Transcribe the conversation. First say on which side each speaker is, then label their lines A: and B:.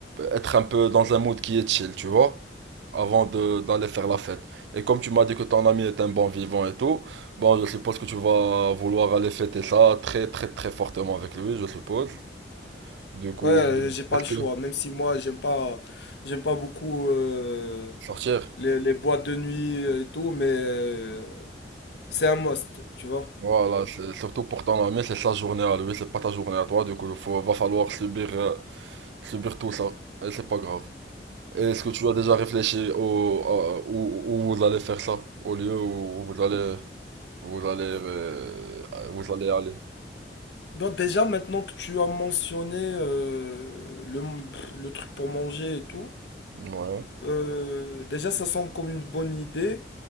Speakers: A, on the right (about 75°); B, on the left (about 75°).
A: être un peu dans un mood qui est chill, tu vois, avant de, d'aller faire la fête. Et comme tu m'as dit que ton ami est un bon vivant et tout, bon, je suppose que tu vas vouloir aller fêter ça très, très, très fortement avec lui, je suppose. Du coup,
B: Ouais, euh, j'ai pas
A: est-ce
B: le
A: que
B: choix. Même si moi, j'aime pas, j'aime pas beaucoup euh,
A: sortir?
B: les, les boîtes de nuit et tout, mais euh, c'est un must, tu vois.
A: Voilà, c'est- surtout pour ton ami, c'est sa journée à lui, c'est pas ta journée à toi, du coup, faut, va falloir subir, euh, subir tout ça, et c'est pas grave. Et est-ce que tu as déjà réfléchi au, à- où, où vous allez faire ça, au lieu où vous allez, vous allez, euh, vous allez aller?
B: Donc déjà, maintenant que tu as mentionné euh, le, le truc pour manger et tout,
A: Ouais.
B: euh, déjà, ça semble comme une bonne idée,